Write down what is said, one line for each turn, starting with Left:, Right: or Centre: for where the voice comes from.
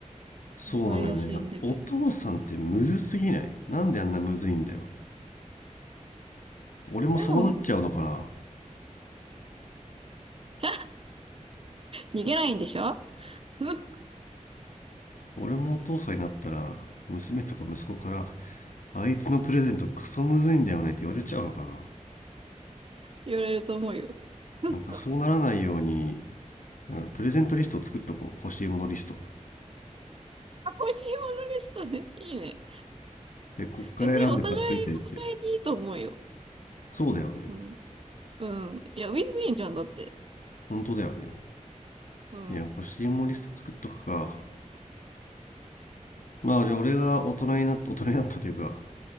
Left: そうなのよね。
Right: わかりやすいんだけど。
Left: お父さんってむずすぎないなんであんなむずいんだよ。俺もそうなっちゃうのかな
Right: でも、<laughs> 逃げないんでしょ <laughs>
Left: 俺もお父さんになったら、娘とか息子から、あいつのプレゼントクソむずいんだよねって言われちゃうのかな
Right: 言われると思うよ。<laughs>
Left: なんかそうならないように、なんかプレゼントリストを作っとこう。欲しいものリスト。
Right: 美味しいものリストね。いいね。
Left: で、こっから選んで買っといてって。
Right: いや、それお互い、お互いにいいと思うよ。
Left: そうだよね。
Right: うん。うん。いや、ウィンウィンじゃん、だって。
Left: 本当だよね。
Right: うん。
Left: いや、欲しいもんリスト作っとくか。まあ、じゃあ俺が大人になった大人になったというか、
Right: 難し